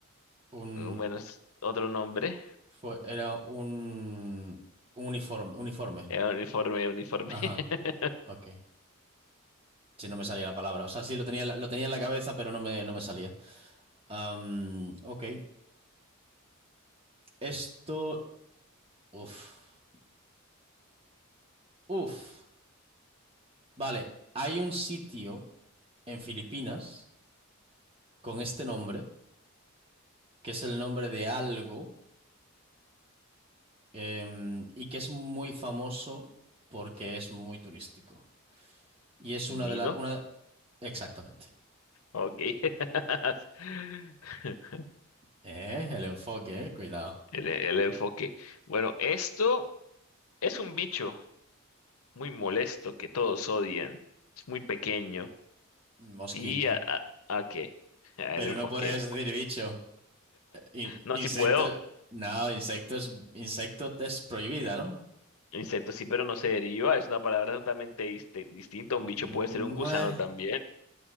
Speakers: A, on the right; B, on the left.
A: un,
B: Bueno, es otro nombre.
A: fue, era un, un uniforme, uniforme.
B: Eh, uniforme, uniforme.
A: Ajá,
B: <laughs>
A: ok. Si no me salía la palabra. O sea, sí lo tenía, en la- lo tenía en la cabeza, pero no me, no me salía. Am, ok. Esto, uf, uf. Vale, hay un sitio en Filipinas con este nombre, que es el nombre de algo. em, y que es muy famoso porque es muy turístico. Y es
B: Nido.
A: una de las... Una... Exactamente.
B: Ok. <laughs>
A: Eh, el enfoque, eh, cuidado.
B: El, el enfoque. Bueno, esto es un bicho. muy molesto que todos odian. Es muy pequeño.
A: Mosquito.
B: ¿Y a, a, a qué? <laughs> El
A: Pero
B: enfoque.
A: no puedes decir bicho. In-
B: No,
A: insecto...
B: si puedo.
A: No, insectos, insecto es prohibida, ¿no?
B: Insecto sí, pero no se deriva. Es una palabra totalmente diste- distinta.
A: Bueno,
B: Un bicho puede ser un gusano también.